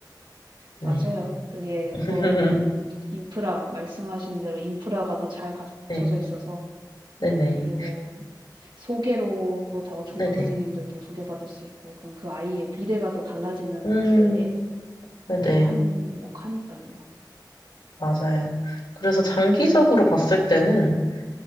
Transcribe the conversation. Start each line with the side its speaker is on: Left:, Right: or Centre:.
Left: 네.
Right: 맞아요. 그게
Left: <laughs>
Right: 더 인프라 말씀하신 대로 인프라가 더 잘 갖춰져
Left: 네,
Right: 있어서
Left: 네네.
Right: 그리고 소개로 더 좋은
Left: 네네.
Right: 선생님들도 소개받을 수 있고 그럼 그 아이의 미래가 또 달라지는
Left: 음,
Right: 데에
Left: 네네.
Right: 또 한몫하니깐요.
Left: 맞아요. 그래서 장기적으로 봤을 때는